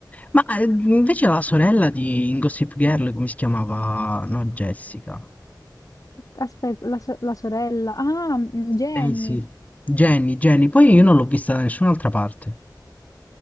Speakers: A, on the left (about 20°); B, on the left (about 50°).
A: Ma eh, invece la sorella di in Gossip Girl, come si chiamava? No, Jessica.
B: Aspetta, la, so- la sorella. Ah, mm, Jenny.
A: Eh sì, Jenny, Jenny, poi io non l'ho vista da nessun'altra parte.